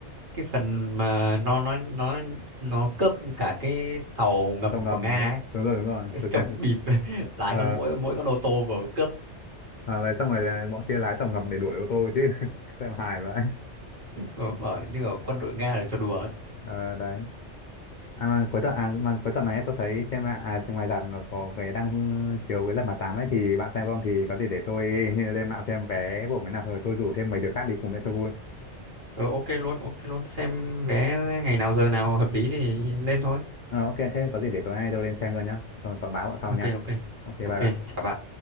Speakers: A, on the right (about 45°); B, on the left (about 50°).
A: cái phần mà nó nó nó nó cướp cả cái tàu ngầm
B: tàu ngầm
A: của Nga
B: đúng không
A: ấy.
B: đúng rồi đúng rồi tôi
A: trong
B: xem phim.
A: bịp <laughs> lái
B: ờ
A: con mỗi mỗi con ô tô vừa cướp
B: à, đấy xong rồi là bọn kia lái tàu ngầm để đuổi ô tô chứ <laughs> xem hài vậy
A: ở, ở như ở quân đội Nga là cho đùa ấy.
B: ờ đấy à mà cuối tuần à, mà cuối tuần này tôi thấy trên mạng à ngoài rạp nó có cái đang chiếu cái lật mặt tám ấy thì bạn xem không thì có gì để tôi <laughs> lên mạng xem vé của cái nào rồi tôi rủ thêm mấy đứa khác đi cùng để cho vui
A: Ờ, ok luôn ok luôn xem vé ngày nào giờ nào hợp lý thì lên thôi
B: Ờ, ok thế có gì để tối nay tôi lên xem luôn nhá. Thôi có báo bọn sau
A: ok
B: nha.
A: ok
B: Ok bye
A: ok
B: bạn.
A: chào bạn